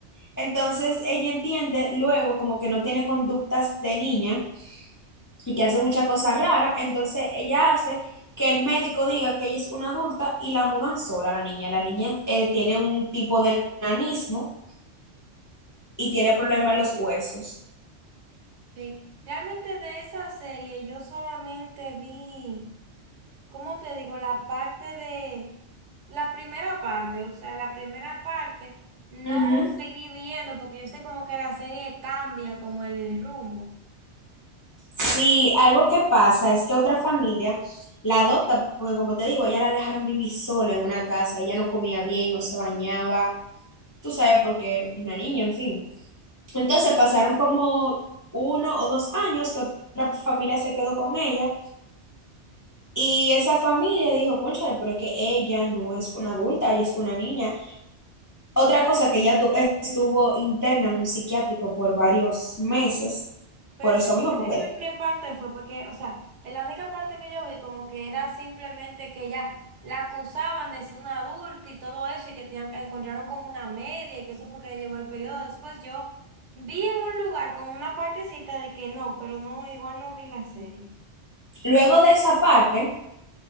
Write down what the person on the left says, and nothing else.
entonces ella entiende luego como que no tiene conductas de niña y que hace muchas cosas raras, entonces ella hace que el médico diga que ella es una adulta y la mudan sola a la niña. La niña eh, tiene un tipo de nanismo y tiene problemas en los huesos.
Ujú.
Sí, algo que pasa es que otra familia la adopta, porque como te digo, ella la dejaron vivir sola en una casa, ella no comía bien, no se bañaba tú sabes, porque una niña, en fin. Entonces pasaron como uno o dos años que otra familia se quedó con ella y esa familia dijo, cónchale, pero es que ella no es una adulta, ella es una niña. Otra cosa que ella tu- estuvo interna en un psiquiátrico por varios meses,
por
eso
mismo,
porque
luego de esa parte,